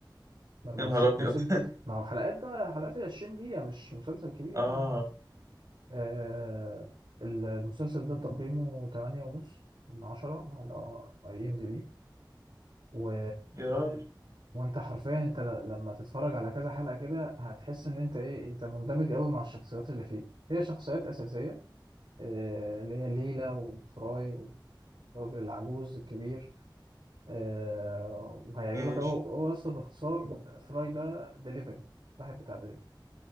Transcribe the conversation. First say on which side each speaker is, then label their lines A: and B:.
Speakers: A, on the right; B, on the right.
A: 14
B: يا نهار ابيض
A: موسم ما هو حلقات بقى حلقات ال 20 دقيقة مش مسلسل
B: <laughs>
A: كبير
B: اه
A: يعني آه المسلسل ده تقييمه 8 ونص من 10 على اي ام دي بي و...
B: يا راجل
A: وانت حرفيا انت ل... لما تتفرج على كذا حلقة كده هتحس ان انت ايه انت مندمج قوي مع الشخصيات اللي فيه هي شخصيات أساسية آه اللي هي ليلى وفراي والراجل العجوز الكبير آه وهيعجبك
B: ماشي
A: هو هو اصلا باختصار فراي ده دليفري واحد بتاع دليفري